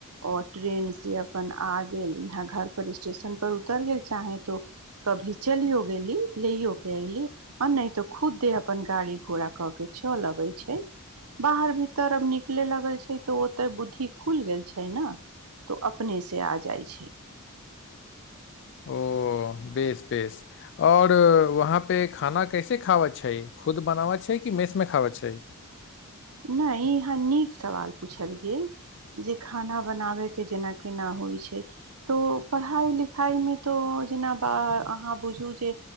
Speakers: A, on the right; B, on the left.
A: और ट्रेन से अपन आ गेल यहाँ घर पर स्टेशन पर उतर गेल चाहे तो कभी चलियो गेली लेयो के अयली आ नहि तो खुद्दे अपन गाड़ी घोड़ा क के चल अबै छै बाहर भीतर अब निकले लगल छै तऽ ओते बुद्धि खुलि गेल छै ने तऽ ओ अपनेसँ आ जाइ छै
B: ओ बेस बेस और वहाँ पे खाना कैसे खावा छै खुद बनावा छै कि मेसमे खावा छै
A: नहि इहाँ नीक सवाल पूछलियै जे खाना बनाबयके जेना केना होइ छै तो पढ़ाइ लिखाइमे तऽ जेना ब अहाँ बुझू जे